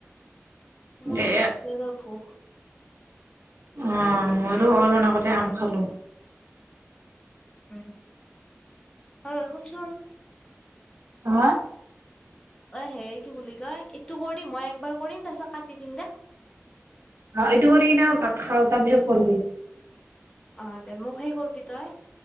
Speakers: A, on the left; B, on the right.
A: মোৰ
B: দে
A: লাগিছে ৰ ভোগ।
B: অঁ মইতো অলপমান আগতে আম খালো।
A: উম। আঁহ শুনচোন।
B: হাঁ?
A: হে কি বুলি কয়, এইটো কৰিম মই একবাৰ কৰিম তাৰ পিছত কাটি দিম দে।
B: এইটো কৰি কিনে ভাত খাওঁ, তাৰ পিছত কৰবি।
A: অঁ দে মোক সেই কৰবি তই।